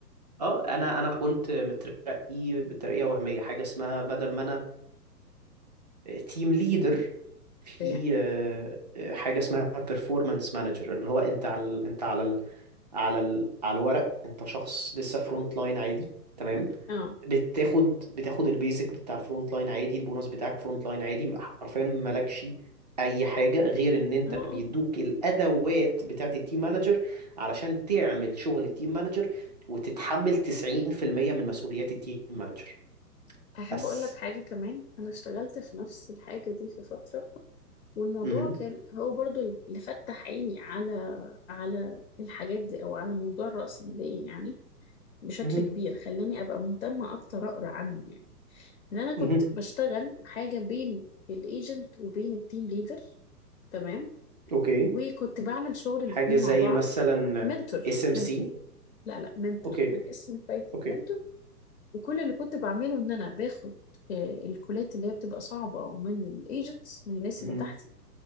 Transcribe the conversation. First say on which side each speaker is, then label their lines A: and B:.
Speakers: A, on the right (about 25°); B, on the left (about 55°).
A: اه انا انا كنت مترقي بترقيه وهميه حاجه اسمها بدل ما انا تيم ليدر في
B: إيه؟
A: آه، آه، حاجه اسمها performance manager اللي هو انت على انت على على ال... على الورق انت شخص لسه فرونت لاين عادي تمام
B: اه
A: بتاخد بتاخد البيزك بتاع الفرونت لاين عادي البونص بتاعك فرونت لاين عادي حرفيا مالكش اي حاجه غير ان انت
B: اه اه
A: بيدوك الادوات بتاعت التيم مانجر علشان تعمل شغل التيم مانجر وتتحمل 90% من مسؤوليات التيم مانجر
B: احب
A: بس
B: اقول لك حاجه كمان انا اشتغلت في نفس الحاجه دي في فتره والموضوع
A: مهم.
B: كان هو برضو اللي فتح عيني على على الحاجات دي او على موضوع الرأسمالية يعني بشكل
A: مهم.
B: كبير خلاني ابقى مهتمة اكتر اقرا عنه يعني. ان انا كنت
A: مهم.
B: بشتغل حاجه بين الايجنت وبين التيم ليدر تمام
A: اوكي
B: وكنت بعمل شغل الاتنين
A: حاجه زي
B: مع بعض
A: مثلا
B: منتور
A: اس ام
B: منتور
A: سي
B: لا لا منتور
A: اوكي
B: كان اسم التايتل
A: اوكي
B: منتور وكل اللي كنت بعمله ان انا باخد آه، الكولات اللي هي بتبقى صعبه من الايجنتس من الناس
A: مهم.
B: اللي تحتي